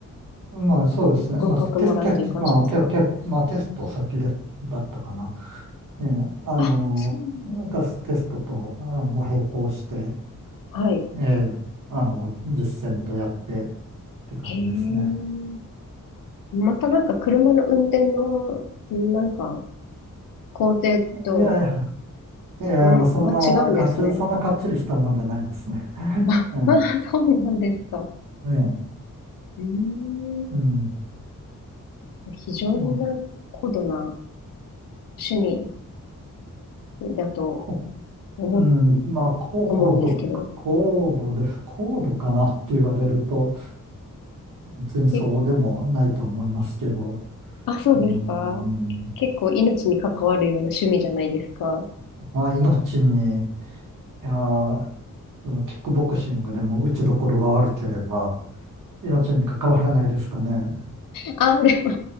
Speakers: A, on the right; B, on the left.
A: まあそうですね。
B: 合格もらうという感じですか
A: まあ、テステまあ、テ、テ、まあ、テスト先で、だったかな。ええ、あの、
B: あ、そうなんだ。
A: 私テストと、あの、まあ、並行して、
B: はい。
A: ええ、あの、実践とやってって感じですね。
B: へえ。またなんか、車の運転の、なんか、工程と、
A: いやいや、いや、
B: うん、
A: まあ、そんな、
B: は違うんですね。
A: かっち、そんなかっちりしたもんじゃないですね。
B: あ、
A: うん。
B: <laughs> あ、そうなんですか。
A: ええ
B: うーん。
A: うん。
B: 非常になんか高度な
A: まあ、
B: 趣味だと
A: こ、
B: 思う、
A: うん。まあ、高度、
B: 思うんですけど、っ
A: 高度です。高度かなって言われると、別にそうでもないとは思いますけど。
B: てあ、そうですか。
A: うん。
B: 結構命に関わるような趣味じゃないですか。
A: まあ、命に、いやー、でも、キックボクシングでも打ちどころが悪ければ、命に関わらないですかね。
B: あ、でも、